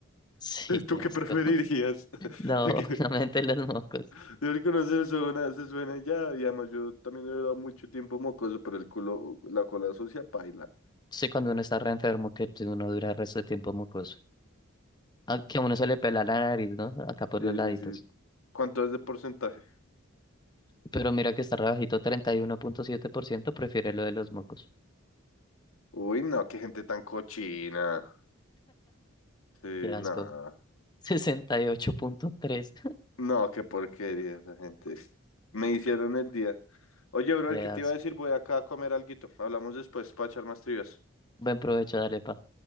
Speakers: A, on the left; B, on the left.
A: Sí,
B: <laughs>
A: qué
B: ¿Tú qué
A: asco.
B: preferirías?
A: <laughs>
B: <laughs>
A: No,
B: ¿De
A: obviamente
B: qué?
A: los mocos.
B: <laughs> Deber se suena, se suena ya, digamos, yo también he durado mucho tiempo mocoso, pero el culo, la cola sucia, paila.
A: Sí, cuando uno está re enfermo, que uno dura el resto de tiempo mocoso. a que a uno se le pela la nariz, ¿no? Acá por
B: Sí,
A: los laditos.
B: sí, sí. ¿Cuánto es de porcentaje?
A: Pero mira que está rebajito, treinta y uno punto siete por ciento prefiere lo de los mocos.
B: Uy, no, qué gente tan cochina. Sí,
A: Qué asco.
B: nada.
A: <laughs> 68.3.
B: No, qué porquería esa gente. Me hicieron el día. Oye,
A: <laughs>
B: brother,
A: Qué
B: ¿qué te
A: asco.
B: iba a decir? Voy acá a comer alguito. Hablamos después para echar más trivias.
A: Buen provecho, dale, pa.